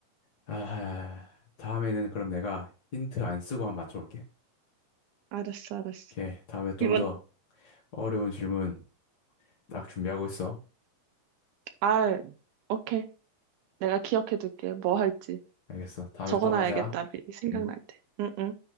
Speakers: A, on the left; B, on the right.
A: 아, 다음에는 그럼 내가 힌트 안 쓰고 한번 맞춰볼게.
B: 알았어, 알았어.
A: 오케이. 다음에 좀더
B: 이번,
A: 어려운 질문 딱 준비하고 있어.
B: 아, 오케이. 내가 기억해둘게. 뭐 할지.
A: 알겠어. 다음에
B: 적어놔야겠다,
A: 또 하자.
B: 미리 생각날
A: 응.
B: 때. 응, 응.